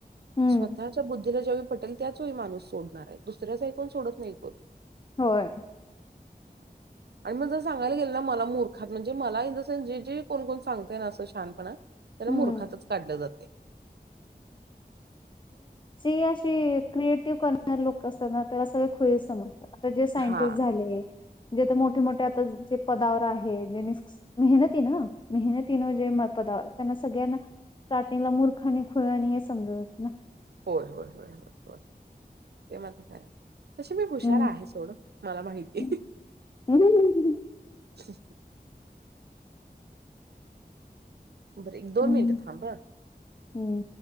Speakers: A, on the left; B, on the right.
A: हम्म
B: स्वतःच्या ला ज्यावेळी पटेल त्याच वळी माणूस सोडणार आहे दुसऱ्याच ऐकून सोडत नाही कोण
A: होय
B: हम आणि मग जर सांगायला गेलं ना मला मूर्खात म्हणजे मला इन द सेनस जे जे कोण कोण सांगतय ना असं शछानपणा त्याला
A: हम्म
B: मुूर्खातच काढले जाते
A: जी अशी क्रिएटिव्ह करणार लोक असतना तर सगळे खुई समजत आता जे सायंटिस्ट
B: हा.
A: झाले जेथ मोठे मोठे आता जे पदावर आहे जे मेहनती ना मेहनतीन जे म पदावर त्यांना सगळ्यांना चटिंगला मूर्खा आणि खुळ आणि हे समज
B: होय हो हो ते म तशी मी हुशार
A: हम्म
B: आहे सोड मला माहिती
A: हम्म हम्म
B: ह् बर एक दो
A: हम्म
B: मिंट थांब
A: हम्म.